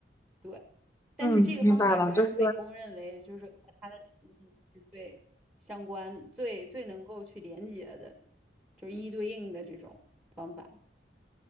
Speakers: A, in the centre; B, on the left (about 15°).
A: 对。但是这个方法仍然被公认为就是和他的理论是最相关、
B: 嗯，明白了，就是，
A: 最最能够去连接的，就是一对应的这种方法。